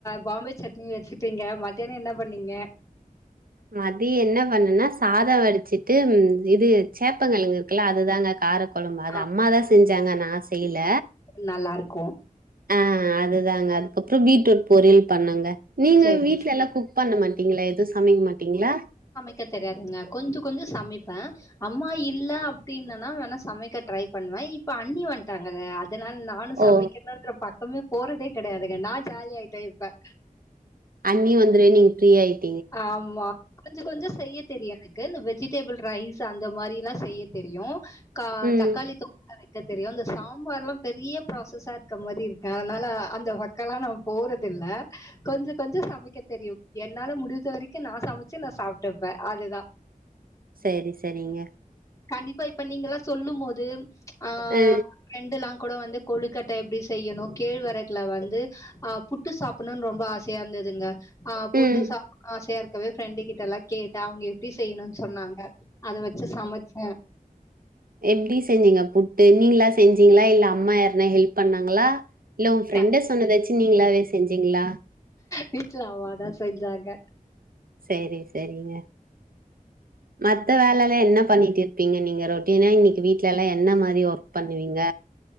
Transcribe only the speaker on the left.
பாம்பே சட்னி வெச்சுட்டீங்க மத்தியானொ என்ன பண்ணீங்க
ஆ
அது நல்லாருக்கு
சேரி
சே
க்க தெரியாதுங்க கொஞ்சொ கொஞ்சொ சமைப்ப அம்மா இல்ல அப்டின்னனா வேணா சமைக்க ட்ரை பண்ணுவ இப்ப அண்ணி வன்ட்டாங்கத அதனால நானு
சமைக்கணுன்ற பக்கமே போறதே கெடையாதுங்க நா ஜாலியாய்ட்டே இப்ப
ஆமா கொஞ்சொ கொஞ்சொ செய்யட் தெரியு எனக்கு இந்த வெஜிடெபிள் ரைஸ் அந்த மாரிலா செய்ய தெரியு க
தக்காளி தொக் கலா வெக்க தெரியு இந்த சாம்பார்லா பெரிய ப்ராசஸா இருக்க மாரி இருக்க அதனால அந்த பக் க்கலா நம் போறதில்ல கொஞ்ச கொஞ்சொ சமைக்க தெரியு என்னால முடி இது வரைக்கு நா சமைச்சு நா சாப்டுப்ப அதுதா
கண்டிப்பா இப்ப நீங்க எல்லாம் சொல்லும் போது ஆஹ்
பிரண்டெல்லாம் கூட வந்து கொழுக்கட்டை எப்டி செய்யணும் கேழ்வரகுல வந்து ஆ புட்டு சாப்பிடணும்ன்னு ரொம்ப ஆசையா இருந்ததுங்க ஆ புட்டு
சாப்பிடணும் ஆசையா இருக்கவே ஃப்ரெண்டு கிட்ட எல்லாம் கேட்டேன் அவங்க எப்டி செய்யணும்னு சொன்னாங்க அத வச்சு சமைச்சி
க
வீட்ல அம்மா தான் செஞ்சாங்க